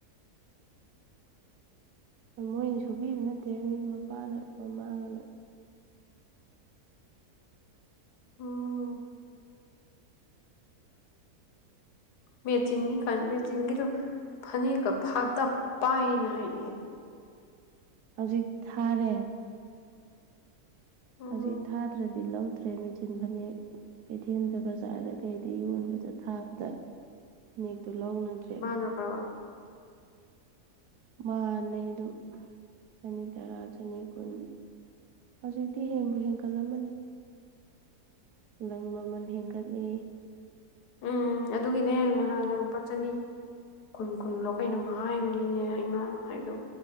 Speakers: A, on the right; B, on the left.
A: ꯃꯣꯏꯅ ꯁꯨꯕꯤꯕ ꯅꯠꯇꯦ ꯃꯤ ꯃꯄꯥꯅ ꯃꯃꯥꯒꯅ
B: ꯎꯝ ꯃꯦꯆꯤꯟꯒꯤ ꯀꯥꯏꯅ ꯃꯦꯆꯤꯟꯒꯤꯗꯣ
A: ꯎꯝ
B: ꯐꯅꯦꯛꯀ ꯐꯥꯠꯇꯞ ꯄꯥꯏꯅ ꯍꯥꯏꯌꯦ
A: ꯍꯧꯖꯤꯛ ꯊꯥꯔꯦ
B: ꯎꯝ
A: ꯍꯧꯖꯤꯛ ꯊꯥꯗ꯭ꯔꯗꯤ ꯂꯧꯗ꯭ꯔꯦ ꯃꯦꯆꯤꯟ ꯐꯅꯦꯛ ꯀꯩꯊꯦꯟꯗ ꯕꯖꯥꯔꯗ ꯀꯩꯗ ꯌꯣꯟꯕꯗ ꯊꯥꯕꯗ ꯐꯅꯦꯛꯇꯨ ꯂꯧꯅꯗ꯭ꯔꯦꯕ
B: ꯃꯕꯥꯋꯥ
A: ꯃꯥꯥꯟꯅꯦ ꯑꯗꯨꯝ ꯆꯅꯤ ꯇꯔꯥ ꯆꯅꯤ ꯀꯨꯟ ꯍꯧꯖꯤꯛꯇꯤ ꯍꯦꯟꯕꯨ ꯍꯦꯟꯀꯠꯂꯝꯃꯅꯤ ꯂꯪ ꯃꯃꯜ ꯍꯦꯟꯀꯠꯅꯤ
B: ꯎꯝ ꯑꯗꯨꯒꯤꯅꯦ ꯉꯍꯥꯟꯅ ꯂꯨꯄꯥ ꯆꯅꯤ ꯀꯨꯟ ꯀꯨꯟꯂꯣ ꯀꯩꯅꯣꯝ ꯍꯥꯏꯕꯅꯤꯅꯦ ꯏꯃꯥꯅ ꯍꯥꯏꯗꯣ